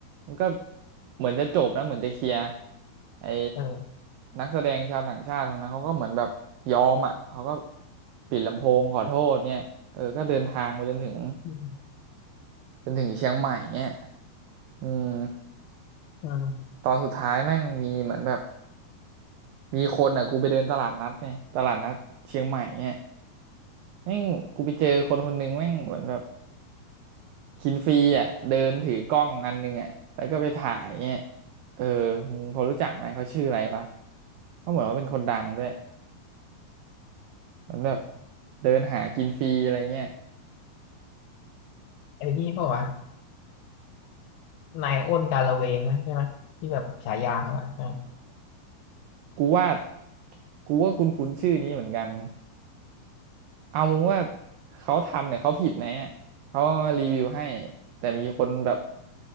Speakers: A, on the right; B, on the left.
A: มันก็เหมือนจะจบนะเหมือนจะเคลียร์ไอ้
B: เออ
A: นักแสดงชาวต่างชาติคนนั้นเขาก็เหมือนแบบยอมอ่ะเขาก็ปิดลำโพงขอโทษเนี่ยเออก็เดินทางไปจนถึง
B: อืม
A: จนถึงเชียงใหม่เนี่ยอืม
B: อืม
A: ตอนสุดท้ายแม่งมีเหมือนแบบมีคนอ่ะกูไปเดินตลาดนัดเนี่ยตลาดนัดเชียงใหม่เนี่ยแม่งกูไปเจอคนคนหนึ่งแม่งเหมือนแบบกินฟรีอ่ะเดินถือกล้องอันหนึ่งอ่ะแล้วก็ไปถ่ายเนี่ยเออมึงพอรู้จักไหมเขาชื่ออะไรปะเขาเหมือนว่าเป็นคนดังด้วยเหมือนแบบเดินหากินฟรีอะไรเงี้ย
B: ไอ้นี่เปล่าวะนายอ้นกาละเวงไหมใช่ไหมที่แบบฉายาเขาอะเออ
A: กูว่ากูว่าคุ้นคุ้นชื่อนี้เหมือนกันเอามึงว่าเขาทำเนี่ยเขาผิดไหมอะเขามารีวิวให้แต่มีคนแบบ